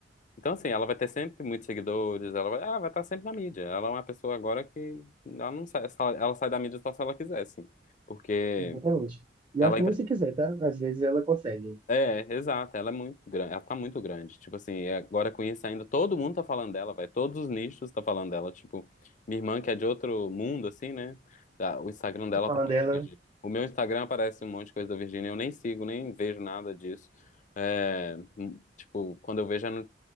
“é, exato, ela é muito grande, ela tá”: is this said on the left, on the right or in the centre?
Left